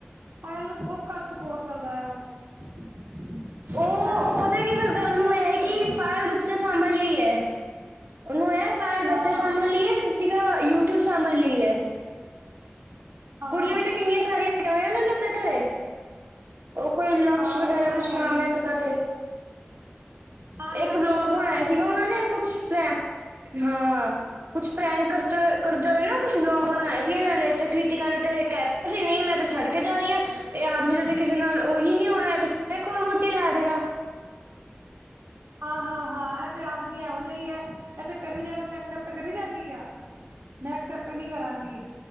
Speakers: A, on the right (about 85°); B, on the right (about 60°).
A: ਪਾਇਲ ਨੂੰ ਬਹੁਤ ਘੱਟ ਸਪੋਟ ਕਰਦਾ ਆ ਓ। ਪੰਜ
B: ਉਹ ਉਹ
A: ਆਡਰ
B: ਪਤਾ
A: <unintelligible>
B: ਕੀ ਕਰਦਾ ਉਹਨੂੰ ਇਹ ਹੈ
A: ਕਰਦਾ।
B: ਕਿ ਪਾਇਲ ਬੱਚੇ ਸਾਂਭਣ ਲਈ ਏ, ਉਨੂੰ ਏ ਪਾਇਲ ਬੱਚੇ
A: ਹਾਂ
B: ਸਾਂਭਣ ਲਈ ਏ ਤਿਗਾ, ਯੂਟਿਊਬ ਸਾਂਭਣ ਲਈ ਐ।
A: ਹਾਂ
B: ਕੁੜੀਆਂ ਵੀ ਤੇ ਕਿੰਨੀਆਂ ਸਾਰੀਆਂ, ਆਈਆਂ ਹੋਈਆਂ ਨ-ਨ ਆਪਨੇ ਘਰੇ। ਓ, ਕੋਈ ਲਕਸ਼
A: ਹਾਂ
B: ਵਗੈਰਾ
A: ਉਹ ਤਾਂ
B: ਕੁਛ
A: ਹੈ
B: ਨਾਮ
A: ਹੀ ਹੈ
B: ਏ ਇੱਕ ਦਾ ਤੇ।
A: ਹਾਂ ਨਕਸ਼
B: ਇੱਕ ਬਲੋਗ
A: ਨਕਸ਼
B: ਬਣਾਇਆ ਸੀਗਾ। ਓਨਾਂ ਨੇ ਕੁਛ, ਮੈਂ ਹਾਂ ਕੁਛ ਪ੍ਰੈਂਕ ਕਰਤੇ, ਕਰਦੇ ਹੋਏ ਨਾ ਕੁਛ ਵਲੋਗ ਬਣਾਏ ਸੀ। ਇੰਨਾ ਨੇ ਤੇ ਕ੍ਰਿਤਿਕਾ ਨੇ ਤੇ ਕ ਅਸੀਂ ਨੀ ਮੈਂ ਤੇ ਛੱਡ ਕੇ ਜਾ ਰਹੀ ਆਂ, ਇਹ ਆਦਮੀ ਦੇ ਕਿਸੇ ਨਾਲ ਉਹੀ ਨੀ ਆਉਣਾ ਐ ਤੇ, <inaudible> ਵਹੁਟੀ ਲੈ ਦੇਗਾ।
A: ਹਾ-ਹਾ-ਹਾ, ਐ ਤੇ ਆਦਮੀ ਇਹੋ ਜਿਆ ਈਆ, ਐ ਤੇ ਕਰੀ ਜਾਏਗਾ, ਮੈਂ ਐਕਸੈਪਟ ਕਰੀ ਜਾ ਗੀਂ ਕਿਆ। ਮੈਂ ਐਕਸੈਪਟ ਨੀ ਕਰਾਂਗੀ,